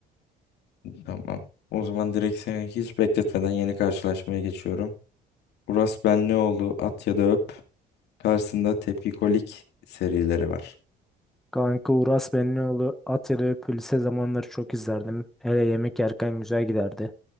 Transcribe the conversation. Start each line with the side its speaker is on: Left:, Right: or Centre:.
Left: Tamam. O zaman direkt seni hiç bekletmeden yeni karşılaşmaya geçiyorum. Uras Benlioğlu at ya da öp. Karşısında tepkikolik serileri var.
Centre: Kanka Uras Benlioğlu at ya da öp lise zamanları çok izlerdim. Hele yemek yerken güzel giderdi.